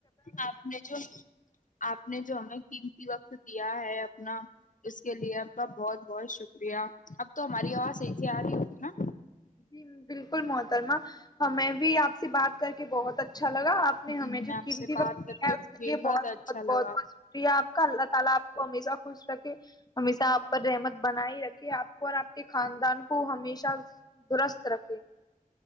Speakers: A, on the left; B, on the left.
A: آپ نے جو آ <unintelligible> آ نے جو ہمیں قیمتی وقت دیا ہے اپنا اس کے لیے آپ کا بہت بہت شکریہ اب تو ہماری آواز صحیح آ رہی ہوتی نا
B: جی بالکل محترما ہمیں بھی آپ سے بات کر کے بہت اچھا اچھا لگا اپ نے
A: جی
B: ہمیں جو
A: آپ
B: قیمتی
A: سے بات
B: ہے
A: کر
B: اس کے
A: بےحد
B: لیے بہت
A: اچھا
B: بہت
A: لگا
B: شکریہ اپ کا اللہ تعالی اپ کو ہمیشہ خوش خوش رکھے ہمیشہ آپ پر رحمت بنا ہی رکھے آپ کو اور آپ کے خاندان کو ہمیشہ درست رکھے <unintelligible>